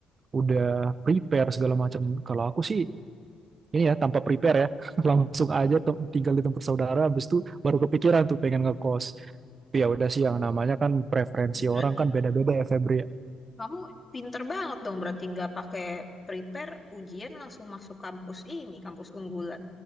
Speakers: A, on the right; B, on the left.
A: Udah prepare segala macam. Kalau aku sih ini ya tanpa prepare ya <laughs> langsung aja tem- tinggal di tempat saudara habis itu baru kepikiran tuh pengen ngekos tapi ya udah sih yang namanya kan preferensi
B: Hmm, Berarti
A: orang kan beda-beda ya Febri ya
B: kamu pinter banget dong, berarti nggak pakai prepare ujian langsung masuk kampus ini, kampus unggulan.